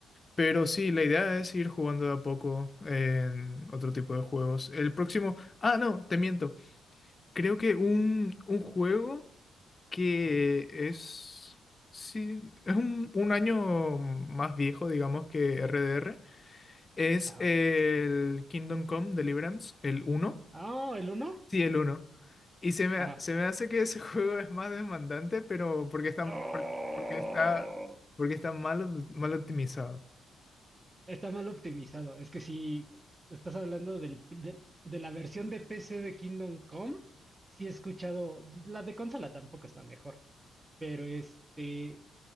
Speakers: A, on the left; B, on the right.
A: Pero sí, la idea es ir jugando de a poco en otro tipo de juegos. El próximo... Ah, no, te miento. Creo que un, un juego que
B: Ajá.
A: es... Sí, es un, un año más viejo, digamos, que RDR. Es
B: Ajá.
A: el Kingdom Come Deliverance, el uno
B: Ah, el uno
A: Sí, el uno Y se me,
B: Ajá.
A: se me hace que ese <laughs> juego es más demandante, pero porque está,
B: ¡Oh!
A: por- porque está, porque está mal, mal optimizado.
B: Está mal optimizado. Es que si estás hablando del, del- de la versión de PC de Kingdom Come, sí he escuchado. La de consola tampoco está mejor. Pero este.